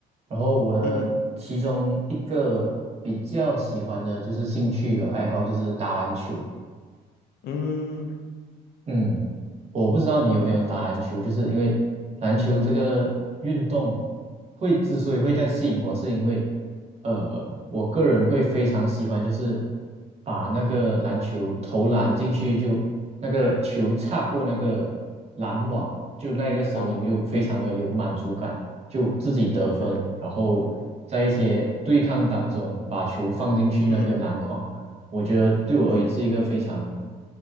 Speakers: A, on the right; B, on the left.
A: 然后我的其中一个比较喜欢的就是兴趣和爱好就是打篮球。
B: 嗯嗯嗯，
A: 嗯，我不知道你有没有打篮球，
B: 打篮球
A: 就是因为篮球这个运动会之所以会这样吸引我，是因为呃，我个人会非常喜欢，就是把那个篮球投篮进去就，那个球擦过那个篮网，就那一个声音就非常的有满足感，
B: 往往嗯。
A: 就自己得分，
B: 那个啊，
A: 然后在一些对抗当中把球放进去那个篮筐，
B: 嗯，
A: 我觉得对我而言是一个非常
B: 没